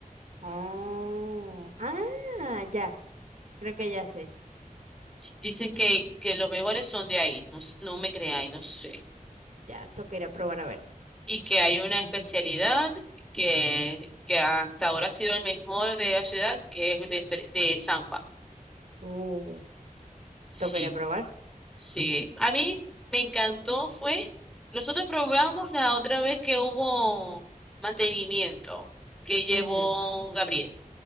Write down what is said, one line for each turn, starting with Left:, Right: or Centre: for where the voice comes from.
Right: Oh, ah, ya, creo que ya sé.
Centre: Dicen que, que los mejores son de ahí. No, s- no me creáis, no sé.
Right: Ya, toca ir a probar a ver.
Centre: Y que hay una especialidad que, que hasta ahora ha sido el mejor de la ciudad, que es de, fre- de Zampa.
Right: Uh,
Centre: Sí.
Right: toca ir a probar.
Centre: Sí, a mí me encantó, fue, nosotros probamos la otra vez que hubo mantenimiento que llevó
Right: Ujú.
Centre: Gabriel.